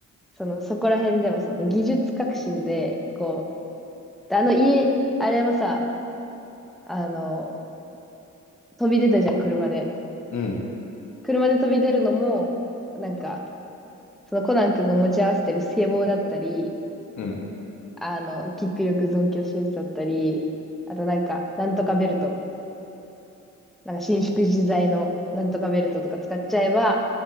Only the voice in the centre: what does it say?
その、そこら辺でもその技術革新で、こう、であの家、あれもさ、あの、飛び出たじゃん、車で。
車で飛び出るのも、なんか、そのコナン君が持ち合わせてるスケボーだったり、
あの、キック力増強手術だったり、あとなんか、なんとかベルト。なんか伸縮自在のなんとかベルトとか使っちゃえば